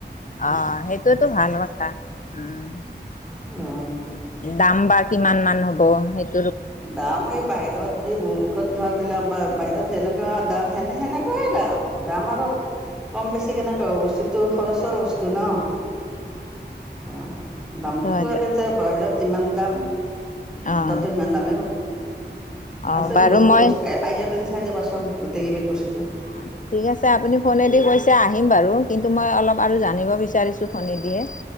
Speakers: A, on the left (about 45°); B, in the centre.
A: অ সেইটোয়েতো ভাল কথা উম
B: অ
A: দাম বা কিমান মান হ'ব স
B: দাম এই বাহিৰত যি ঔষধ ঘৰাবিলাক বা বাহিৰত যেনেকুৱা দাম সেনে সেনেকুৱাই দাম দাম আৰু কম বেছি কেনেকা বস্তুতটো খৰচৰ বস্তু ন অ
A: সেইটো
B: দামটোতো
A: এটা
B: একে বাহিৰত যিমান দাম মতাতটো
A: অ',
B: সিমান দাম
A: অ',
B: আছে
A: বাৰু
B: বহুত বহুত
A: মই
B: বস্তু আহি পদিন চাই যাবাচোন গোটেই কেইবিধ বস্তু
A: আ ঠিক আছে আপুনি ফোনেদি কৈছে আহিম বাৰু কিন্তু মই অলপ আৰু জানিব বিচাৰিছোঁ ফোনেদিয়ে